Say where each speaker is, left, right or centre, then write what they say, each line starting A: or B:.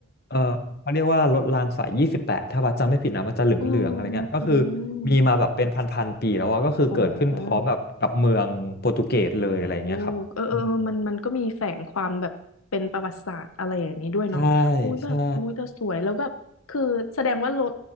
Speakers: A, on the left; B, on the left.
A: เออเขาเรียกว่ารถรางสายยี่สิบแปดถ้าบัดจำไม่ผิดนะมันจะเหลืองๆอะไรเงี้ยก็คือ
B: อืมอืม
A: มีมาแบบเป็นพันๆปีแล้วอะก็คือเกิดขึ้นพร้อมแบบกับเมืองโปรตุเกสเลยอะไรเงี้ยครับอืม
B: อ๋อ โอ้เออเออเออมันมันก็มีแฝงความแบบเป็นประวัติศาสตร์อะไรอย่างนี้ด้วยเนาะอุ้ยแบบ
A: ใช่ใช่
B: อุ้ยแต่สวย แล้วแบบ คือแสดงว่ารถ